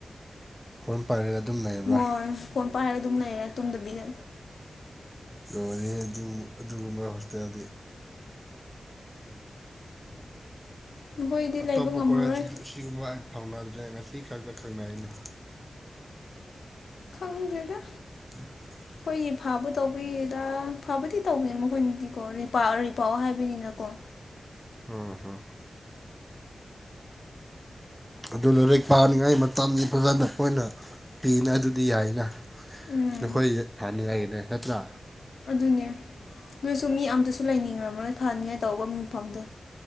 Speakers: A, in the centre; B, on the left.
A: ꯐꯣꯟ ꯄꯥꯏꯔꯒ ꯑꯗꯨꯝ ꯂꯩꯕ꯭ꯔꯥ
B: ꯍꯣꯏ ꯐꯣꯟ ꯄꯥꯏꯔꯒ ꯑꯗꯨꯝ ꯂꯩꯔꯦ ꯇꯨꯝꯗꯕꯤꯗ
A: ꯂꯣꯏꯔꯦꯍꯦ ꯑꯗꯨꯒꯨꯝ ꯑꯗꯨꯒꯨꯝꯕ ꯍꯣꯁꯇꯦꯜꯗꯤ
B: ꯅꯈꯣꯏꯗꯤ
A: ꯑꯇꯣꯞꯄ
B: ꯂꯩꯕ ꯉꯝꯃꯔꯣꯏ
A: ꯀꯣꯂꯦꯖ ꯑꯗꯨ ꯑꯁꯤꯒꯨꯝꯕ ꯑꯩ ꯐꯥꯎꯅꯗ꯭ꯔꯦ ꯉꯁꯤ ꯈꯛꯇ ꯈꯪꯅꯩꯅꯦ
B: ꯈꯪꯗꯦꯗꯥ
A: <inaudible>
B: ꯑꯩꯈꯣꯏꯒꯤ ꯐꯕ ꯇꯧꯕꯒꯤꯔꯥ ꯐꯕꯗꯤ ꯇꯧꯕꯅꯦ ꯃꯈꯣꯏꯅꯗꯤꯀꯣ ꯔꯤꯄꯥꯎ ꯔꯤꯄꯥꯎ ꯍꯥꯏꯕꯅꯤꯅꯀꯣ
A: ꯍ ꯍꯥ ꯑꯗꯨ ꯂꯥꯏꯔꯤꯛ ꯄꯥꯅꯤꯡꯉꯥꯏ ꯃꯇꯝꯗꯤ ꯐꯖꯅ ꯍꯣꯏꯅ ꯄꯤꯅ ꯑꯗꯨꯗꯤ ꯌꯥꯏꯅ
B: ꯎꯝ
A: ꯅꯈꯣꯏꯒꯤ ꯐꯥꯅꯤꯡꯉꯥꯏꯒꯤꯅꯦ ꯅꯠꯇ꯭ꯔꯥ
B: ꯑꯗꯨꯅꯦ ꯑꯗꯨꯑꯣꯏꯁꯨ ꯃꯤ ꯑꯝꯇꯁꯨ ꯂꯩꯅꯤꯡꯉꯝꯃꯔꯣꯏ ꯐꯅꯤꯉꯥꯏ ꯇꯧꯕ ꯃꯐꯝꯗꯣ